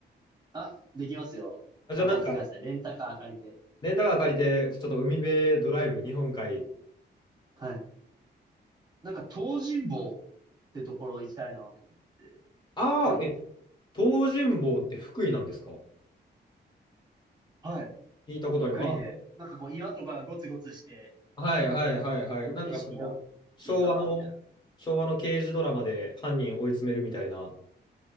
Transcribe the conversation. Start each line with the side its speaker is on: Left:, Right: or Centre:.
Right: あ、できますよ。
Left: あ、
Right: 任せてください。
Left: じゃあなんか、
Right: レンタカー借りて。
Left: レンタカー借りて、ちょっと海辺ドライブ、日本海。
Right: はい。なんか東尋坊ってところ行きたいなと思って。
Left: ああ、
Right: 福井だと。
Left: え、東尋坊って福井なんですか
Right: はい。
Left: 聞いたことあります。
Right: 福井で。なんかこう岩とかがゴツゴツして、
Left: あ、はいはいはいはい。
Right: こう景色がいいかな、
Left: なんかその、昭和の、
Right: みたいな。
Left: 昭和の刑事ドラマで犯人追い詰めるみたいな、